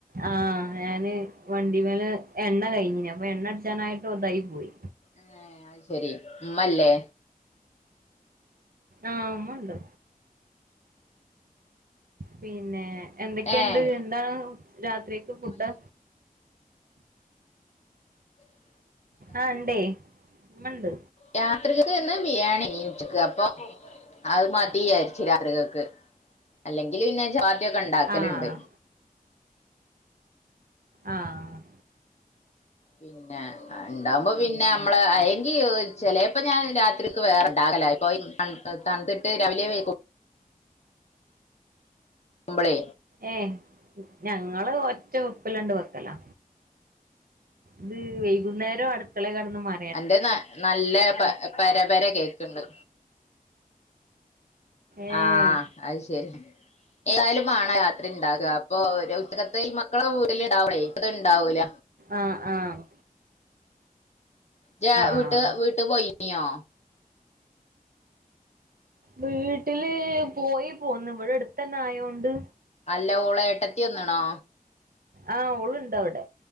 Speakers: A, on the right; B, on the left.
A: ആ ഞാന് വണ്ടിമേല് എണ്ണ കഴിഞ്ഞ്ന് അപ്പൊ എണ്ണ അടിച്ചാനായിട്ട് ഒതായി പോയി
B: ഏ അത് ശരി ഉമ്മല്ലേ
A: ആ ഉമ്മണ്ട് പിന്നേ എന്തൊക്കെയുണ്ട്
B: ഏഹ്
A: എന്താണ് രാത്രിയക്ക് ഫുഡ്
B: ഉം
A: ആഹ് ഇണ്ടേ ഉമ്മണ്ട്.
B: രാത്രിക്കക്ക് <inaudible> ക്കെന്ന് ബിരിയാണിയേനി ഉച്ചക്ക് അപ്പൊ. അത് മതി വിയാരിച്ചു രാത്രിക്കക്ക്. അല്ലെങ്കില് പിന്നെ ചപ്പാത്തിയൊക്കെ ഇണ്ടാക്കല്ണ്ട്
A: ആഹ് ആഹ്.
B: പിന്നെ അത്ണ്ടാവുമ്പോ പിന്നെ നമ്മള് അയ്യെങ്കി ചെലേപ്പ ഞാൻ രാത്രിക്ക് വേറെണ്ടാക്കലാ ഇപ്പൊ <unintelligible> തണ്ത്തിട്ട് രാവിലേ വൈകു മ്പളെ.
A: ഏഹ് ഞങ്ങള് ഒറ്റ വെപ്പ്ലാണ്ട് വെക്കലാ. ഇത് വൈകുന്നേരം അടുക്കളെ കെടന്ന് മ
B: അന്റെ ന നല്ലെ പ പര പര കേക്ക്ണ്ട്.
A: ഏഹ്
B: ആഹ് അത് ശരി. ഏതായാലും മാണം രാത്രി ഇണ്ടാക്കാ. അപ്പൊ ഓര് ഉച്ചക്കത്തേൽ മക്കള് വീട്ടിലുണ്ടാവുമ്പളെ അത് ഇണ്ടാവൂല.
A: ആഹ് ആഹ്.
B: ജ്ജാ
A: ആഹ്
B: വീട്ട് വീട്ടു പോയിനിയോ?
A: വീട്ടില് പോയി പോന്ന് ഇവിടെട്ത്തന്നെ ആയോണ്ട്.
B: അല്ല ഓളെ ഏട്ടത്തി വന്ന്ണോ?
A: ആഹ് ഓളുണ്ട് അവിടെ.